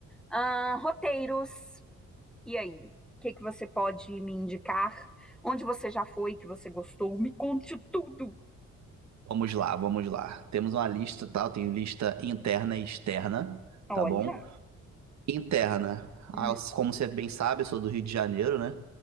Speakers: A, in the centre; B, on the right.
A: ah, roteiros. E aí, o que que você pode me indicar? Onde você já foi que você gostou? Me conte tudo.
B: Vamos lá, vamos lá. Temos uma lista, tá? Eu tenho lista interna e externa,
A: Olha,
B: tá bom? Interna. Ah,
A: hum,
B: como você bem sabe, eu sou do Rio de Janeiro, né?